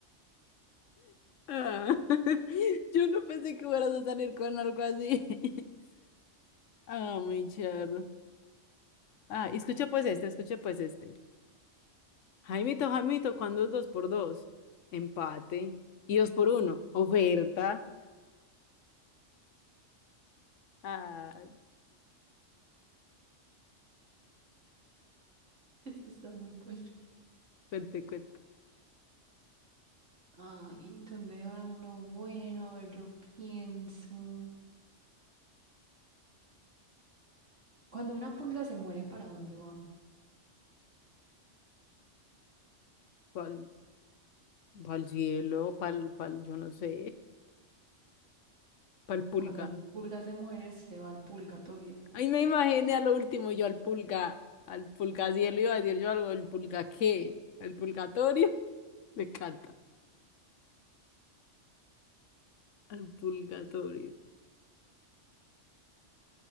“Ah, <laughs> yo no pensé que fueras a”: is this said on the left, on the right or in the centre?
Left